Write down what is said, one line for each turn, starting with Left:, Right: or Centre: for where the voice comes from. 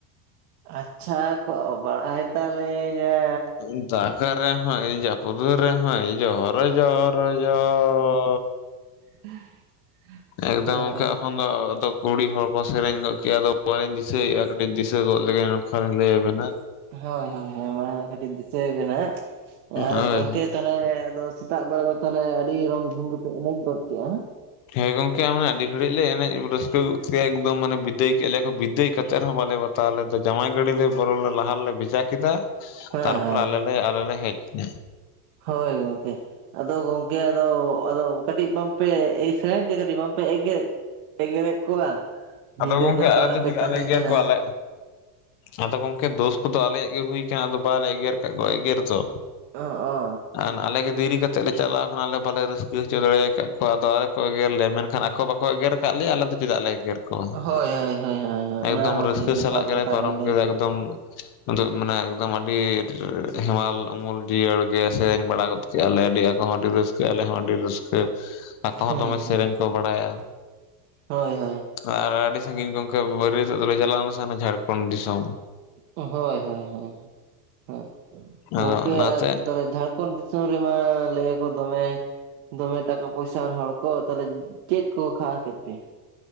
Right: ᱟᱪᱪᱷᱟ ᱠᱚ ᱵᱟᱲᱟᱭ ᱛᱟᱞᱮᱭᱟ᱾
Left: ᱦᱩᱸ-ᱩᱱᱴᱟᱜ᱾ ᱫᱟᱜᱽ ᱨᱮᱦᱚᱸᱭ ᱡᱟᱹᱯᱩᱫ ᱨᱮᱦᱚᱸᱭ ᱡᱚᱦᱚᱨ ᱡᱚᱦᱚᱨ ᱡᱚᱦᱚᱻ᱾
Right: <unintelligible>
Left: ᱮᱠᱫᱚᱢ
Right: ᱦᱮᱸ
Left: ᱜᱚᱝᱠᱮ ᱮᱠᱷᱚᱱ ᱫᱚ ᱟᱫᱚ ᱠᱩᱲᱤ ᱦᱚᱲ ᱠᱚ ᱥᱮᱨᱮᱧ ᱜᱚᱫ ᱠᱮᱜ-ᱟ ᱟᱫᱚ ᱵᱟᱹᱧ ᱫᱤᱥᱟᱹᱭᱮᱜ-ᱟ ᱠᱟᱹᱴᱤᱡ ᱫᱤᱥᱟᱹ ᱜᱚᱫ ᱞᱮᱜᱮ ᱱᱚᱝᱠᱟ ᱞᱤᱧ ᱞᱟᱹᱭᱟᱵᱮᱱᱟ᱾
Right: ᱦᱳᱭ ᱦᱳᱭ ᱦᱳᱭ ᱦᱳᱭ ᱦᱳᱭ ᱢᱟ ᱠᱟᱹᱴᱤᱡ ᱫᱤᱥᱟᱹᱭ ᱵᱮᱱ ᱦᱟᱸᱜ ᱟᱨ
Left: ᱦᱳᱭ
Right: ᱜᱚᱝᱠᱮ ᱛᱟᱞ ᱛᱟᱦᱞᱮ ᱟᱫᱚ ᱥᱮᱛᱟᱜ ᱵᱮᱲᱟ ᱫᱚ ᱛᱟᱦᱞᱮ ᱟᱹᱰᱤ ᱨᱚᱢ ᱡᱷᱚᱢ ᱜᱮᱯᱮ ᱮᱱᱮᱡ ᱜᱚᱫ ᱠᱮᱜ-ᱟ?
Left: ᱦᱮᱸ ᱜᱚᱝᱠᱮ ᱢᱟᱱᱮ ᱟᱹᱰᱤ ᱜᱷᱟᱹᱲᱤᱡ ᱞᱮ ᱮᱱᱮᱡ ᱨᱟᱹᱥᱠᱟᱹ ᱜᱚᱜ ᱠᱮᱭᱟ ᱮᱠᱫᱚᱢ ᱢᱟᱱᱮ ᱵᱤᱫᱟᱹᱭ ᱠᱮᱫᱮᱜ ᱞᱮᱭᱟ ᱠᱚ ᱵᱤᱫᱟᱹᱭ ᱠᱟᱛᱮ ᱨᱮᱦᱚᱸ ᱵᱟᱞᱮ ᱵᱟ ᱛᱟᱣ ᱞᱮᱫᱟ, ᱡᱟᱶᱟᱭ ᱜᱟᱹᱲᱤ ᱞᱮ ᱵᱚᱨᱚᱝ ᱞᱮ ᱞᱟᱦᱟ ᱨᱮᱞᱮ ᱵᱷᱮᱡᱟ ᱠᱮᱫᱟ
Right: ᱦᱮᱸ
Left: ᱛᱟᱨᱯᱚᱨ
Right: ᱦᱮᱸ
Left: ᱟᱞᱮ ᱞᱮ, ᱟᱞᱮ ᱞᱮ ᱦᱮᱡ ᱦᱩᱸ᱾
Right: ᱦᱳᱭ ᱜᱚᱝᱠᱮ᱾ ᱟᱫᱚ ᱜᱚᱝᱠᱮ ᱟᱫᱚ ᱟᱫᱚ ᱠᱟᱹᱴᱤᱡ ᱵᱟᱝᱯᱮ ᱮᱭ ᱥᱮᱨᱮᱧ ᱛᱮ ᱠᱟᱹᱴᱤᱡ ᱵᱟᱝᱯᱮ ᱮᱜᱮᱨ ᱮᱜᱮᱨᱮᱜ ᱠᱚᱣᱟ? ᱧᱤᱫᱟᱹ
Left: ᱟᱫᱚ ᱜᱚᱝᱠᱮ
Right: ᱫᱚ ᱚᱠᱟ
Left: ᱟᱞᱮ
Right: ᱨᱮᱯᱮ
Left: ᱡᱩᱫᱤ
Right: ᱛᱟᱦᱮᱸ
Left: ᱟᱞᱮ ᱮᱜᱮᱨ
Right: ᱠᱟᱱᱟ
Left: ᱠᱚᱣᱟᱞᱮ ᱟᱫᱚ ᱜᱚᱝᱠᱮ ᱫᱳᱥ ᱠᱚᱫᱚ ᱟᱞᱮᱭᱟᱜ ᱜᱮ ᱦᱩᱭ ᱠᱟᱱᱟ ᱟᱫᱚ ᱵᱟᱞᱮ ᱮᱜᱮᱨ ᱠᱟᱫ ᱠᱚᱣᱟ ᱮᱜᱮᱨ ᱫᱚ᱾
Right: ᱚ, ᱚ᱾
Left: ᱟᱨ ᱟᱞᱮᱜᱮ ᱫᱮᱨᱤ ᱠᱟᱛᱮᱫ ᱞᱮ ᱪᱟᱞᱟᱣ ᱠᱟᱱᱟ ᱟᱞᱮ ᱵᱟᱞᱮ ᱨᱟᱹᱥᱠᱟᱹ ᱦᱚᱪᱚ ᱫᱟᱲᱮᱭ ᱠᱟᱫ ᱠᱚᱣᱟ ᱟᱫᱚ ᱟᱞᱮ ᱠᱚ ᱮᱜᱮᱨ ᱞᱮᱭᱟ᱾ ᱢᱮᱱ ᱠᱷᱟᱱ ᱟᱠᱚ ᱵᱟᱠᱚ ᱮᱜᱮᱨ ᱟᱠᱟᱫ ᱞᱮᱭᱟ ᱟᱞᱮ ᱫᱚ ᱪᱮᱫᱟᱜ ᱞᱮ ᱮᱜᱮᱨ ᱠᱚᱣᱟ?
Right: ᱦᱳᱭ ᱦᱳᱭ ᱦᱳᱭ ᱦᱳᱭ
Left: ᱮᱠᱫᱚᱢ
Right: ᱚᱱᱟ ᱦᱚᱸ
Left: ᱨᱟᱹᱥᱠᱟᱹ
Right: ᱟᱹᱰᱤ ᱡᱚᱛᱷᱟᱛ
Left: ᱥᱟᱞᱟᱜ ᱜᱮᱞᱮ
Right: ᱠᱟᱛᱷᱟ
Left: ᱯᱟᱨᱚᱢ
Right: ᱵᱮᱱ ᱞᱟᱹᱭ
Left: ᱠᱮᱫᱟ
Right: ᱠᱟᱜᱼᱟ
Left: ᱮᱠᱫᱚᱢ᱾ ᱫᱚᱢ ᱢᱟᱱᱮ ᱮᱠᱫᱚᱢ ᱟᱹᱰᱤ ᱦᱮᱢᱟᱞ ᱩᱢᱩᱞ ᱡᱤᱭᱟᱹᱲ ᱜᱮ ᱥᱮᱨᱮᱧ ᱵᱟᱲᱟ ᱜᱚᱫ ᱪᱮᱫ-ᱟᱞᱮ ᱟᱹᱰᱤ ᱟᱠᱚ ᱦᱚᱸ ᱟᱹᱰᱤ ᱨᱟᱹᱥᱠᱟᱹ ᱟᱞᱮ ᱦᱚᱸ ᱟᱹᱰᱤ ᱨᱟᱹᱥᱠᱟᱹ ᱟᱠᱚ ᱦᱚᱸ
Right: ᱦᱩᱸ
Left: ᱫᱚᱢᱮ
Right: ᱦᱩᱸ
Left: ᱥᱮᱨᱮᱧ ᱠᱚ ᱵᱟᱲᱟᱭᱟ᱾
Right: ᱦᱳᱭ ᱦᱳᱭ᱾
Left: ᱟᱨ ᱟᱹᱰᱤ ᱥᱟᱺᱜᱤᱧ ᱜᱚᱝᱠᱮ ᱵᱟᱹᱨᱭᱟᱹᱛᱚᱜ ᱫᱚᱞᱮ ᱪᱟᱞᱟᱣ ᱞᱮᱱᱟ ᱥᱮ ᱦᱟᱱᱟ ᱡᱷᱟᱲᱠᱷᱚᱱ ᱫᱤᱥᱚᱢ᱾
Right: ᱦᱳᱭ ᱦᱳᱭ ᱦᱳᱭ ᱦᱳᱭ, ᱜᱚᱝᱠᱮ
Left: ᱟᱫᱚ ᱚᱱᱟᱛᱮ
Right: ᱟᱨ ᱛᱟᱦᱞᱮ ᱡᱷᱟᱲ ᱠᱚᱱ ᱫᱤᱥᱚᱢ ᱨᱮᱢᱟ ᱞᱟᱹᱭ ᱟᱠᱚ ᱫᱚᱢᱮ ᱫᱚᱢᱮ ᱴᱟᱠᱟ ᱯᱚᱭᱥᱟᱟᱱ ᱦᱚᱲ ᱠᱚ ᱛᱟᱦᱞᱮ ᱪᱮᱫ ᱠᱚ ᱠᱷᱟᱣᱟᱣ ᱠᱮᱫ ᱯᱮ?